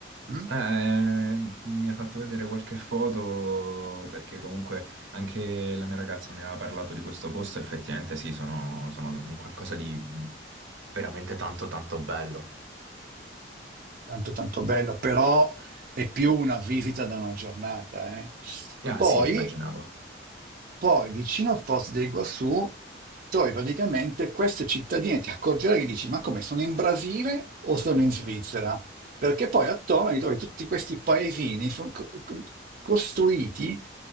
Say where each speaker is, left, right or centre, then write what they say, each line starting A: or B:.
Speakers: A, on the right (about 45°); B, on the right (about 80°).
A: Mm?
B: Eh, mi ha fatto vedere qualche foto perché comunque anche la mia ragazza mi aveva parlato di questo posto, effettivamente sì, sono, sono un qualcosa di veramente tanto tanto bello.
A: tanto tanto bello, però è più una visita da una giornata. eh.
B: Ah
A: Poi,
B: sì, immaginavo.
A: poi vicino a Foz del Iguaçu trovi praticamente queste cittadine, ti accorgerai che dici, ma come sono in Brasile o sono in Svizzera? Perché poi attorno li trovi tutti questi paesini fo- co- co- costruiti